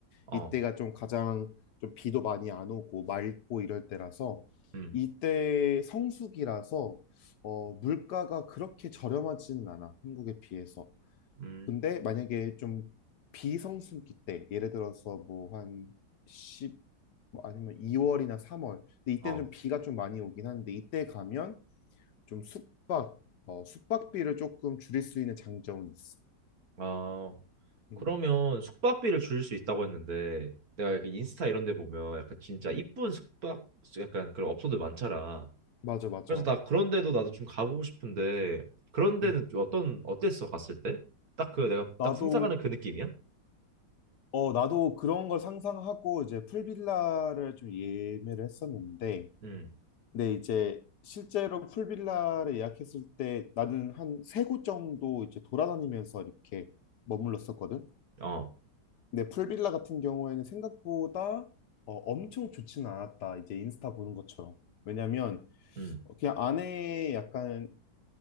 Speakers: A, on the right (about 50°); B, on the left (about 65°).
A: 어,
B: 이때가 좀 가장 좀 비도 많이 안 오고 맑고 이럴 때라서
A: 음,
B: 이때 성수기라서 어, 물가가 그렇게 저렴하지는 않아, 한국에 비해서.
A: 음,
B: 근데 만약에 좀 비성수기 때, 예를 들어서 뭐 한 10, 뭐 아니면 2월이나 3월, 근데 이때는
A: 어,
B: 좀 비가 좀 많이 오긴 하는데 이때 가면 좀 숙박, 어, 숙박비를 조금 줄일 수 있는 장점은 있어.
A: 아,
B: 음,
A: 그러면 숙박비를 줄일 수 있다고 했는데 내가 이렇게 인스타 이런 데 보면 약간 진짜 이쁜 숙박 약간 그런 업소들 많잖아.
B: 맞아, 맞아.
A: 그래서 나 그런 데도 나도 좀 가보고 싶은데 그런 데는
B: 음,
A: 좀 어떤 어땠어 갔을 때? 딱 그 내가
B: 나도
A: 딱 상상하는 그 느낌이야?
B: 어, 나도 그런 걸 상상하고 이제 풀빌라를 좀 예매를 했었는데,
A: 음,
B: 근데 이제 실제로 풀빌라를 예약했을 때 나는 한 세 곳 정도 이제 돌아다니면서 이렇게 머물렀었거든.
A: 어,
B: 근데 풀빌라 같은 경우에는 생각보다 어, 엄청 좋지는 않았다. 이제 인스타 보는 것처럼. 왜냐면
A: 음,
B: 그냥 안에 약간